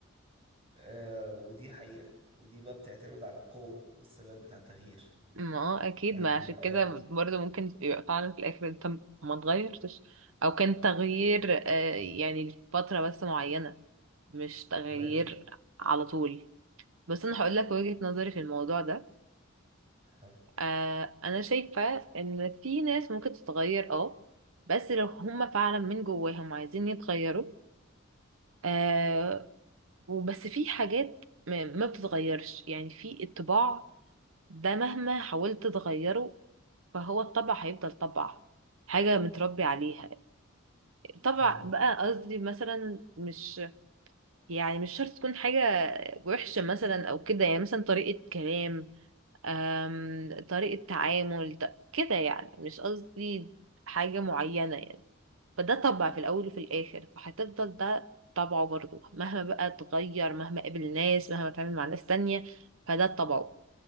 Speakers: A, on the right; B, on the right.
A: آه ودي حقيقة ودي بقى بتعتمد على القوة والثبات بتاع التغيير
B: ما هو اكيد
A: يعني
B: ما عشان
A: اه
B: كده برضه ممكن يبقى فعلا في الاخر انت ما اتغيرتش او كان تغيير آه، يعني لفترة بس معينة مش تغيير
A: تمام
B: على طول بس انا هقول لك وجهة نظري في الموضوع ده
A: ها
B: آه، انا شايفة ان في ناس ممكن تتغير اه بس لو هما فعلا من جواهم عايزين يتغيروا آه وبس في حاجات ما ما بتتغيرش يعني في الطباع ده مهما حاولت تغيره فهو الطبع هيفضل طبع حاجة متربي عليها طبع
A: فاهمك
B: بقى قصدي مثلا مش يعني مش شرط تكون حاجة وحشة مثلا أو كده يعني مثلا طريقة كلام آم طريقة تعامل ده- كده يعني مش قصدي حاجة معينة يعني. فده طبع في الأول وفي الآخر فهتفضل ده طبعه برضه مهما بقى اتغير مهما قابل ناس مهما اتعامل مع ناس تانية فده طبعه